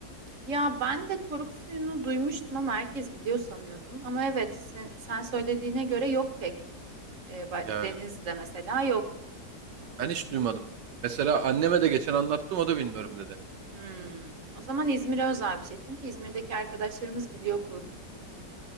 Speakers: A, on the right; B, on the right.
A: Ya ben de koruk suyunu duymuştum ama herkes biliyor sanıyordum. Ama evet sen, sen söylediğine göre yok pek. Ee, ba-
B: Yani
A: Denizli'de mesela yok.
B: ben hiç duymadım. Mesela anneme de geçen anlattım o da bilmiyorum dedi.
A: Hmm, o zaman İzmir'e özel bir şey. Çünkü İzmir'deki arkadaşlarımız biliyor koruk suyunu.